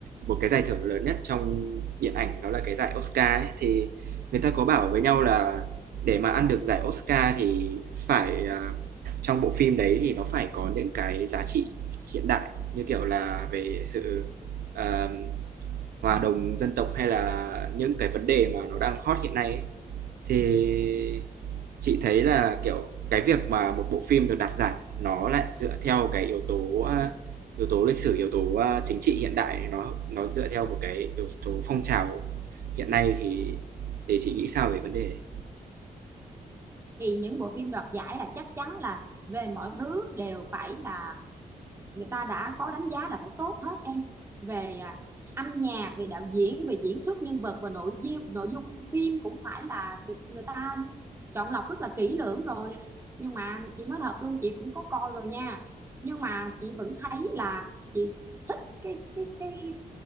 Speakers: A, on the right; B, on the right.
A: một cái giải thưởng lớn nhất trong điện ảnh đó là cái giải Oscar ấy, thì người ta có bảo với nhau là để mà ăn được giải Oscar thì phải à, trong bộ phim đấy thì nó phải có những cái giá trị hiện đại như kiểu là về sự ờm, hòa đồng dân tộc hay là những cái vấn đề mà nó đang hot hiện nay ấy. Thì chị thấy là, kiểu, cái việc mà một bộ phim được đạt giải nó lại dựa theo cái yếu tố, a, yếu tố lịch sử, yếu tố, a, chính trị hiện đại thì nó nó dựa theo một cái yếu tố phong trào hiện nay thì thì chị nghĩ sao về vấn đề đấy?
B: thì những bộ phim đoạt giải là chắc chắn là về mọi thứ đều phải là người ta đã có đánh giá là phải tốt hết em về à, âm nhạc về đạo diễn về diễn xuất nhân vật và nội dung nội dung phim cũng phải là được người ta chọn lọc rất là kỹ lưỡng rồi nhưng mà chị nói thật luôn chị cũng có coi rồi nha nhưng mà chị vẫn thấy là chị thích cái cái cái